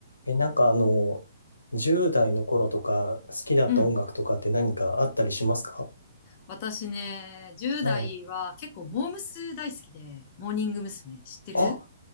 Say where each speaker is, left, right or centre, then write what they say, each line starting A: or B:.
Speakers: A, on the left (about 75°); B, on the left (about 35°).
A: え、なんかあの、10代の頃とか好きだった音楽とかって何かあったりしますか
B: うん。私ね、10代は結構モームス大好きで、
A: はい。
B: モーニング娘。知ってる
A: あ、